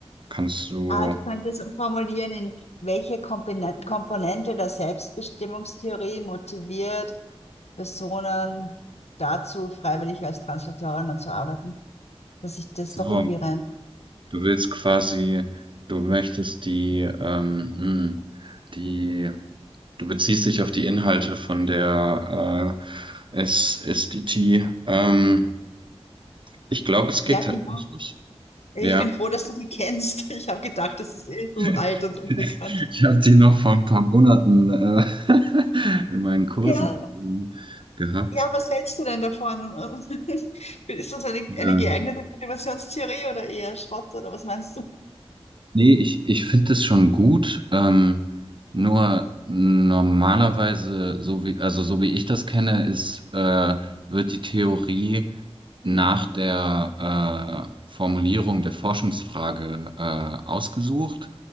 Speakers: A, on the right (about 50°); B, on the left (about 80°).
A: kannst du,
B: Ah, ich könnte es formulieren, in welche Kompone- Komponente der Selbstbestimmungstheorie motiviert Personen dazu, freiwillig als Translatorin zu arbeiten. Dass ich das
A: so,
B: doch irgendwie rein.
A: du willst quasi, du möchtest die, ähm, hm, die, du beziehst dich auf die Inhalte von der äh, SSDT. Ähm, Ich glaube, es geht
B: Ja, genau.
A: tatsächlich.
B: Ich
A: Ja.
B: bin froh, dass du die kennst. <laughs> Ich habe gedacht, das ist eh so
A: <laughs>
B: alt und unbekannt.
A: Ich habe die noch vor ein paar Monaten äh, <laughs> in meinen Kursen
B: Ja,
A: ähm, gehabt.
B: ja, was hältst du denn davon? <laughs> Ist das eine,
A: Ja.
B: eine geeignete Motivationstheorie oder eher Schrott oder was meinst du?
A: Nee, ich, ich finde es schon gut. Ähm, nur normalerweise, so wie, also so wie ich das kenne, ist, äh, wird die Theorie nach der äh, Formulierung der Forschungsfrage äh, ausgesucht.